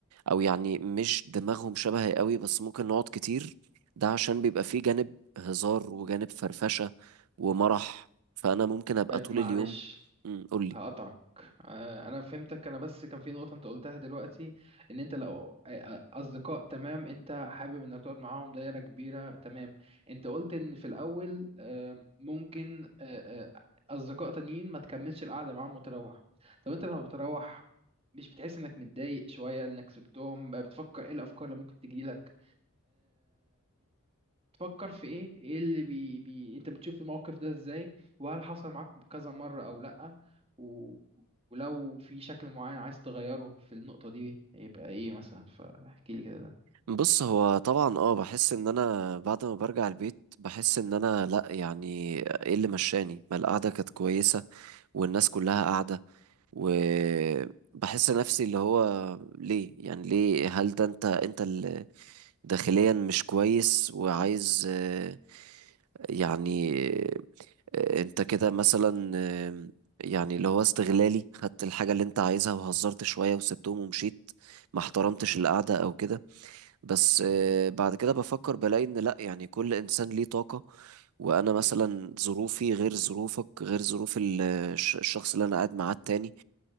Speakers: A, on the right (about 80°); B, on the right (about 25°).
A: او يعني مش دماغهم شبهي قوي بس ممكن نقعد كتير ده عشان بيبقى فيه جانب هزار وجانب فرفشه ومرح فانا ممكن ابقى
B: طيب
A: طول
B: معلش
A: اليوم قول لي
B: هقطعك آه، انا فهمتك انا بس كان في نقطة انت قلتها دلوقتي ان انت لو آه، آه، اصدقاء تمام انت حابب انك تقعد معاهم دايرة كبيرة تمام انت قلت ان في الاول آه، ممكن آه، آه، اصدقاء تانيين ما تكملش القعدة معاهم وتروح طب انت لما بتروح مش بتحس انك متضايق شوية انك سبتهم بتفكر ايه الافكار اللي ممكن تجيلك تفكر في ايه ايه اللي بي, بي انت بتشوف الموقف ده ازاي وهل حصل معاك كذا مرة او لأ و... ولو في شكل معين عايز تغيره في النقطة دي يبقى ايه مثلا فاحكي لي كده ده
A: بص هو طبعا اه بحس ان انا بعد ما برجع البيت بحس ان انا لا يعني ايه اللي مشاني ما القعده كانت كويسه والناس كلها قاعده وبحس نفسي اللي هو ليه يعني ليه هل ده انت انت ال- داخليا مش كويس وعايز آه، يعني آه، انت كده مثلا آه، يعني اللي هو استغلالي خدت الحاجة اللي انت عايزها وهزرت شوية وسبتهم ومشيت ما احترمتش القعدة او كده بس
B: مم.
A: آه، بعد كده بفكر بلاقي ان لا يعني كل انسان ليه طاقة وانا مثلا ظروفي غير ظروفك غير ظروف ال- آه، الش- الشخص اللي انا قاعد معاه التاني